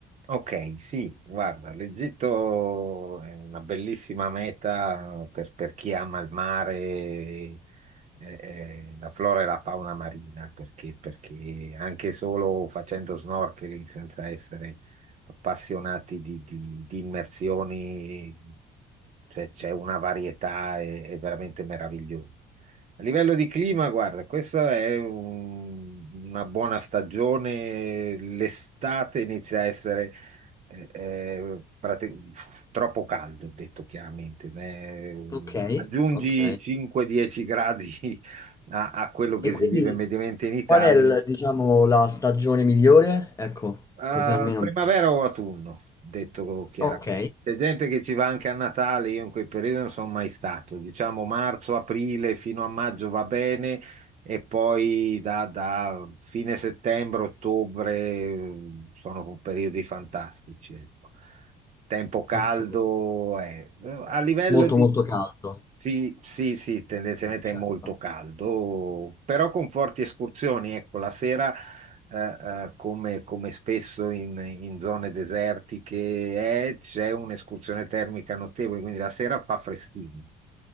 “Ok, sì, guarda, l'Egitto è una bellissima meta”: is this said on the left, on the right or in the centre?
Right